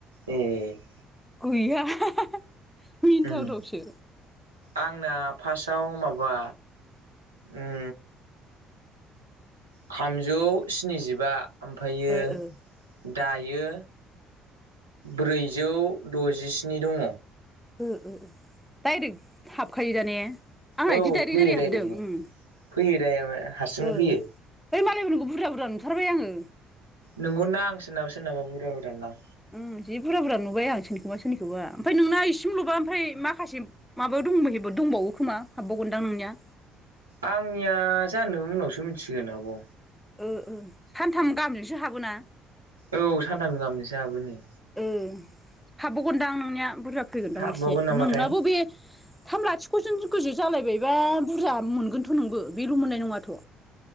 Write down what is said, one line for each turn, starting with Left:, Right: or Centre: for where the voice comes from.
Right: एह।
Centre: गैया मिनिथावथावसो।
Right: उम आंना फासाव माबा उम थामजौ स्निजिबा। ओमफायो
Centre: ओ ओ
Right: दायो ब्रैजौ द'जिस्नि दङ।
Centre: ओ ओ डाइरेक्ट हाबखायो दा ने? आंना
Right: औ
Centre: इदि दाइरेक
Right: फैयो
Centre: दाइरेक
Right: डाइरेक्टनो
Centre: हाबदों। उम।
Right: फैयो दा हारसिंनो
Centre: ओ
Right: फैयो
Centre: है मालायफोरनिखौ बुरजा बुरजा नुथारबाय आङो।
Right: नंगौ ना आं सोरनाबा सोरनाबा बुरजा बुरजा ना
Centre: उम जिबुरजा बुरजा नुबाय आं सोरनिखौबा सोरनिखौबा ओमफ्राय नोंना इसिमल'बा ओमफ्राय माखासे माबा दंबहेबो दंबावो खोमा हाबबावगोनदां नोंनिया
Right: आंनिया जानो उनावसो मिथिगोन आब'
Centre: ओ ओ सानथाम गामजोंसो हाबोना
Right: औ सानथाम गाहामदोसो हाबोनो
Centre: ए हाबावगोनदां नोंनिया बुरजा फैगोनदां
Right: हाबबावगोन
Centre: एसे
Right: नामाथाय
Centre: नोंनाबो बे थाम लाथिख' जों गोजौ जालायबायबा बुरजा मोनगोनथ' नोंबो बेल' मोननाय नङाथ'